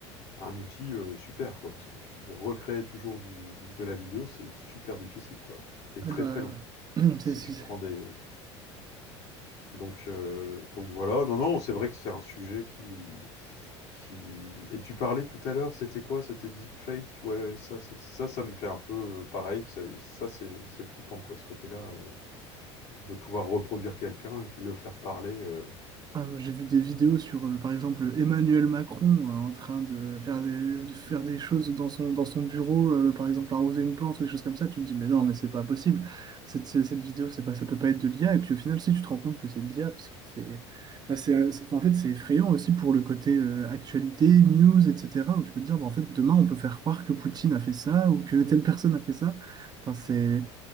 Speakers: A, on the left; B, on the right.
A: un outil, heu, super quoi, parce que tu recrées toujours du de la vidéo, c'est super difficile quoi et très,
B: Ah bah,
A: très long.
B: <clears throat> c'est-
A: Si
B: c'est-
A: tu prends des donc heu, donc voilà, non, non, c'est vrai que c'est un sujet qui qui et tu parlais tout à l'heure, c'était quoi? C'était deepfake? Ouais, ouais, ça c'est ça ça me fait un peu, heu, pareil, c'est ça c'est c'est flippant quoi, ce côté-là, heu, de pouvoir reproduire quelqu'un et puis le faire parler, heu
B: ah, moi, j'ai vu des vidéos sur, euh, par exemple, Emmanuel Macron euh, en train de faire des, de faire des choses dans son, dans son bureau, euh, par exemple arroser une plante ou des choses comme ça. Tu te dis, mais non, mais c'est pas possible. Cette, cette cette vidéo, c'est pas, ça peut pas être de l'IA. Et puis au final, si tu te rends compte que c'est de l'IA, parce que c'est, bah, c'est, euh, c'est- enfin, en fait, c'est effrayant aussi pour le côté euh, actualité, news, etc., où tu peux te dire, bah, en fait, demain, on peut faire croire que Poutine a fait ça ou que telle personne a fait ça. Enfin, c'est